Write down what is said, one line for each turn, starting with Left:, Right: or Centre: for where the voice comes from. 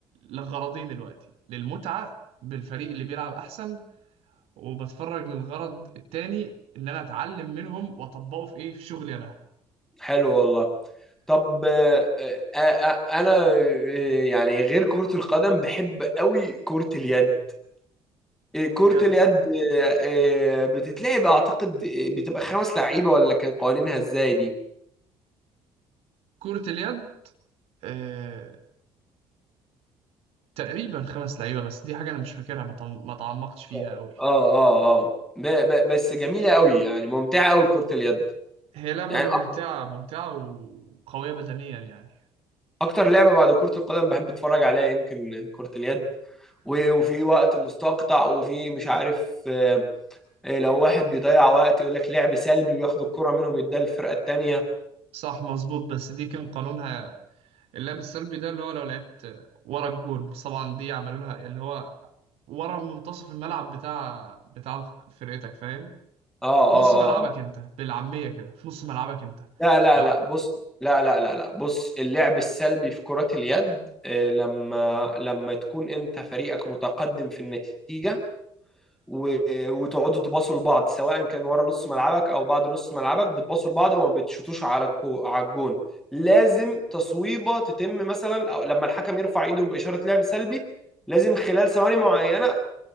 Right: لغرضين دلوقتي للمتعه بالفريق اللي بيلعب احسن وبتفرج للغرض التاني ان انا اتعلم منهم واطبقه في ايه في شغلي انا
Centre: حلو والله طب آه، آه، آه، انا آه، يعني غير كره القدم بحب قوي كره اليد إيه، كرة
Right: بجد
Centre: اليد إيه، إيه، بتتلعب اعتقد إيه، بتبقى خمس لعيبة ولا كان قوانينها ازاي دي
Right: كرة اليد آه... تقريبا خمس لعيبه بس دي حاجه انا مش فاكرها ما طم- ما تعمقتش فيها
Centre: اه
Right: قوي
Centre: اه اه ب ب بس جميلة قوي يعني ممتعة قوي كرة اليد
Right: هي لعبة
Centre: يعني
Right: ممتعة
Centre: اكتر
Right: ممتعة وقوية بدنيا يعني
Centre: أكتر لعبة بعد كرة القدم بحب اتفرج عليها يمكن كرة اليد و- وفي وقت مستقطع وفي مش عارف آه، آه، لو واحد بيضيع وقت يقول لك لعب سلبي وياخد الكرة منهم يديها للفرقة التانية
Right: صح مظبوط بس دي كان قانونها اللعب السلبي ده اللي هو لو لعبت ورا الجول بس طبعا دي عملوا لها اللي هو ورا منتصف الملعب بتاع بتاع فرقتك فاهم
Centre: اه اه
Right: في نص ملعبك
Centre: اه آه.
Right: انت بالعامية كده في نص ملعبك انت
Centre: لا لا
Right: لا
Centre: لا بص لا لا لا لا بص اللعب السلبي في كرة اليد آه، لما لما تكون انت فريقك متقدم في النتيجة و- وتقعدوا تباصوا لبعض سواء كان ورا نص ملعبك او بعد نص ملعبك بتباصوا لبعض وما بتشوتوش على الكو على الجون لازم تصويبة تتم مثلا أو لما الحكم يرفع ايده بإشارة لعب سلبي لازم خلال ثواني معينة ال